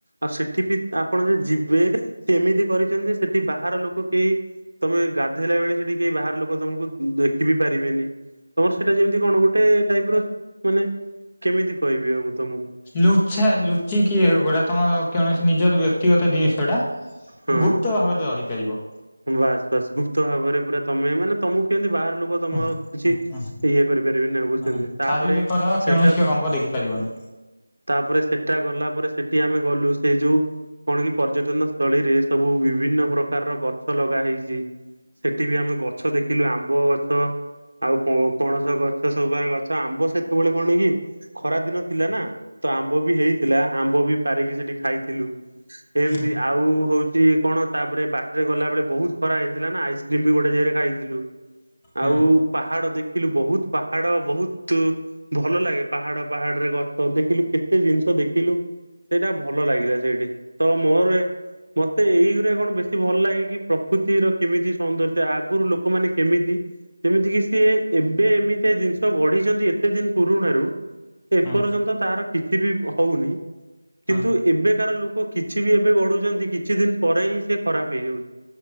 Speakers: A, on the right; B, on the left.
A: ଆଉ ସେଠି ବି ଆପଣ ଯଦି ଯିବେ ସେ ଏମିତି କରିଛନ୍ତି ସେଠି ବାହାର ଲୋକ କେହି ତମେ ଗାଧେଇଲା ବେଳେ ସେଠି କେହି ବାହାର ଲୋକ ତମକୁ ଦେଖିିବି ପାରିବେନି। ତମର ସେଇଟା ଯେମିତି କଣ ଗୋଟେ ଟାଇପର ମାନେ କେମିତି କହିବି ଆଉ ମୁଁ ତମକୁ।
B: ଲୁଚ୍ଛା ଲୁଚି କିଏ ହ ଗୋଟେ ତମର କୌଣସି ନିଜର ବ୍ୟକ୍ତିଗତ ଜିନିଷଟା।
A: ହଁ
B: ଗୁପ୍ତ ଭାବରେ ରହିପାରିବ।
A: ବାସ୍ ବାସ୍ ଗୁପ୍ତ ଭାବରେ ପୁରା ତମେ ମାନେ ତମକୁ କେମିତି ବାହାର ଲୋକ ତମର
B: ହୁଁ
A: କିଛି
B: ହୁଁ
A: ଇଏ କରିପାରିବିନି ନାହିଁ ବୁଝଛନ୍ତି
B: ହୁଁ
A: ତାପରେ
B: ଶାରୀରିକର କୌଣସି
A: ସେଟା ତ
B: ଅଙ୍ଗ ଦେଖିପାରିବନି।
A: ତାପରେ ସେଟା ଗଲା ପରେ ସେଠି ଆମେ ଗଲୁ ସେ ଯୋଉ କଣ କି ପର୍ଯ୍ୟଟନ ସ୍ଥଳୀରେ ସବୁ ବିଭିନ୍ନ ପ୍ରକାରର ଗଛ ଲଗା ହେଇଛି। ସେଠିବି ଆମେ ଗଛ ଦେଖିଲୁ ଆମ୍ବ ଗଛ। ଆଉ ପ-ପଣସ ଗଛ ସବୁ ପ୍ରକାର ଗଛ ଆମ୍ବ ସେତେବେଳେ କଣ କି? ଖରା ଦିନ ଥିଲା ନା ତ ଆମ୍ବ ବି ହେଇଥିଲା ଆମ୍ବ ବି ପାରିକି ସେଠି ଖାଇଥିଲୁ। ଏମିତି
B: ହୁଁ
A: ଆଉ ହଉଛି କଣ ତାପରେ ବାଟ ଟରେ ଗଲା ବେଳେ ବହୁତ ଖରା ହେଇଥିଲା ନା ଆଇସ୍କ୍ରିମ ବି ଗୋଟେ ଜାଗରେ ଖାଇଥିଲୁ
B: ହୁଁ
A: ଆଉ ପାହାଡ ଦେଖିଲୁ ବହୁତ ପାହାଡ ବହୁତ ଭଲ ଲାଗେ ପାହାଡ ପାହାଡରେ ଗଛ ଦେଖିଲୁ କେତେ ଜିନିଷ ଦେଖିଲୁ ସେଇଟା ଭଲ ଲାଗିଲା ସେଇଠି ତ ମୋର ମତେ ଏଇଗୁରା କଣ ବେଶୀ ଭଲ ଲାଗେ କି ପ୍ରକୃତିର କେମିତି ସୌନ୍ଦର୍ଯ୍ୟ ଆଗରୁ ଲୋକମାନେ କେମିତି ଯେମିତି କିି ସିଏ ଏବେ ଏମିତିଆ ଜିନିଷ ଗଢିଛନ୍ତି ଏତେ ଦିନ ପୁରୁଣରୁ। ଏପର୍ଯ୍ୟନ୍ତ
B: ହୁଁ
A: ତାର କିଛି ବି ହଉନି କିନ୍ତୁ
B: ହଁ
A: ଏବେକାର ଲୋକ କିଛି ବି ଏବେ ଗଢୁଛନ୍ତି କିଛି ଦିନ ପରେ ହିଁ ସେ ଖରାପ ହେଇଯାଉଛି।